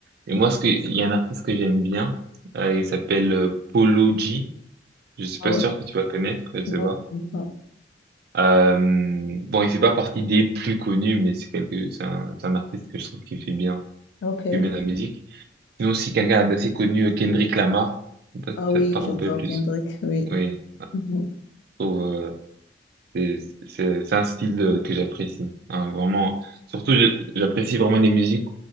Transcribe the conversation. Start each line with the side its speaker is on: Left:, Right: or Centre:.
Right: Et moi, ce que, il y a un artiste que j'aime bien, euh, il s'appelle euh, Polo G. Je suis
Left: Ah
Right: pas
Left: ouais?
Right: sûr que tu vas connaître, je sais
Left: Non,
Right: pas.
Left: non.
Right: Euh, bon, il fait pas partie des plus connus, mais c'est quelque, c'est un, c'est un artiste que je trouve qui fait bien,
Left: Ok.
Right: qui fait bien la musique. Sinon, si quelqu'un d'assez connu, Kendrick Lamar, je sais pas
Left: Ah
Right: si
Left: oui,
Right: ça te parle
Left: j'adore
Right: un peu plus.
Left: Kendrick, oui.
Right: Oui,
Left: Mhm.
Right: ouais. C'est c'est- c'est un style de- que j'apprécie. hein, vraiment. Surtout, je- j'apprécie vraiment les musiques